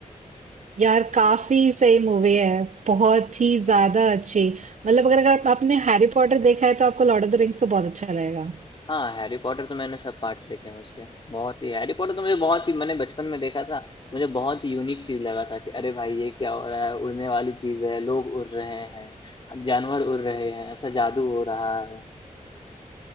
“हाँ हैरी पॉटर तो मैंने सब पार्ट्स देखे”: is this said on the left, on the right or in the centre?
Left